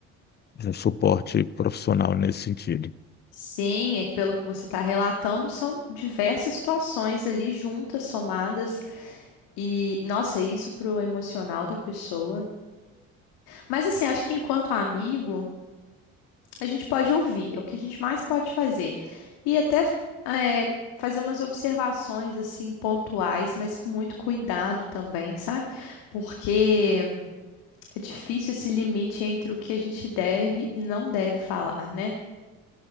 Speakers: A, on the left; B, on the left.
A: de um suporte profissional nesse sentido.
B: Sim, é pelo que você está relatando, são diversas situações ali juntas, somadas, e nossa, é isso pro emocional da pessoa. Mas assim, acho que enquanto amigo, A gente pode ouvir, é o que a gente mais pode fazer. E até é, fazer umas observações assim pontuais, mas com muito cuidado também, sabe? Porque é difícil esse limite entre o que a gente deve e não deve falar, né?